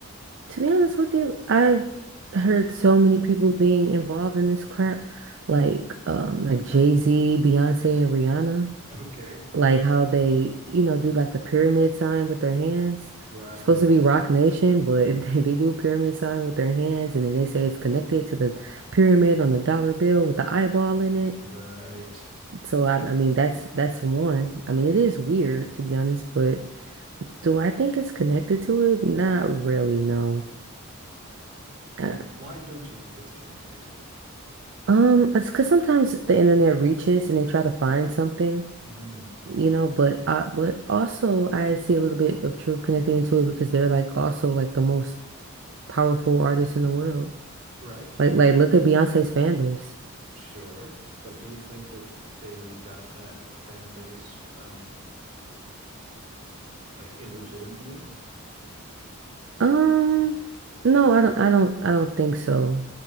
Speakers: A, on the right (about 55°); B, on the right (about 30°).
A: To be honest with you, I've heard so many people being involved in this crap, like um
B: <laughs>
A: like Jay-Z, Beyonce, and Rihanna,
B: Okay,
A: like how they, you know, do like the pyramid sign with their hands.
B: right.
A: It's supposed to be Rock Nation, but <laughs> they, they do a pyramid sign with their hands and then they say it's connected to the pyramid on the dollar bill with the eyeball in it.
B: Right.
A: So I, I mean that's that's one. I mean it is weird to be honest, but Do I think it's connected to it? Not really, no. Uh,
B: Mm, Why don't you think it's connected?
A: um, it's because sometimes the internet reaches and they try to find something,
B: Mm.
A: you know, but I, but also I see a little bit of truth connected into it because they're like also like the most powerful artists in the world.
B: Right. But
A: Like like
B: do you,
A: look at Beyonce's fan base.
B: sure. But do you think that they got that fan base um like illegitimately?
A: Um, no, I don't I don't I don't think so.